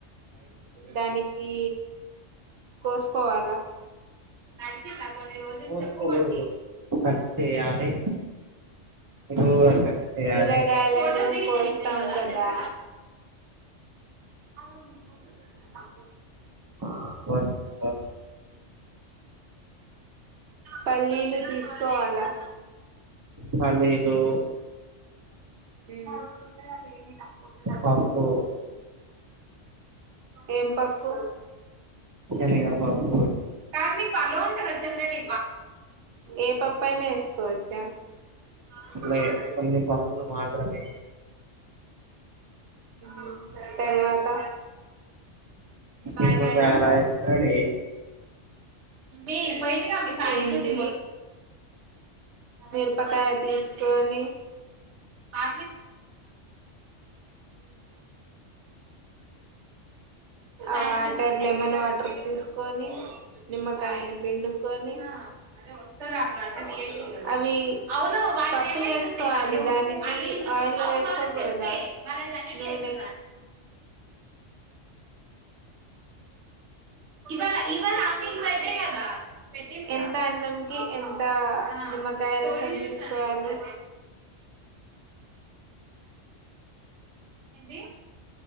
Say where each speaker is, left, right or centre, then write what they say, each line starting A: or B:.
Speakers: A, on the right (about 70°); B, on the right (about 25°).
A: దానికి కోసుకోవాలా నడిచింద కొన్ని రోజులు
B: పోసుకోకూడదు
A: చెప్పు కొట్టి
B: కట్ చేయాలి నిలువుగా కట్ చేయాలి
A: కూరగాయలను కోస్తాం కదా మా
B: ఆ, వస్- వస్-
A: పల్లీలు తీసుకోవాలా
B: పల్లిలు
A: ఉమ్ ఉమ్
B: పప్పు
A: ఏం పప్పు
B: చెనిగేపప్పు
A: కా మీకు కలో ఉంటుదా చెల్లని ఏ పప్పు అయినా ఎసుకోవచ్చా అ
B: లే కొన్ని పప్పులు మాత్రమే
A: అ తర్వాత బాయ్
B: నిమ్మాకాదు
A: బాయ్
B: రాయసడి
A: ఏంది మిరపాకాయ తీస్ కోని ఆ ఆ టె లెమన్ వాటర్ తీసుకొని నిమ్మకాయని పిండుకొని అదే వస్తార అ అంటే మీ అవి పప్పులు వేసుకోవాలి దానికి ఆయిల్ లో వేసుకోకూడదా నున్నె అలా ఏంటి ఎంత అన్నంకి ఎంత నిమ్మకాయ రసం తీసుకోవాలి ఎంత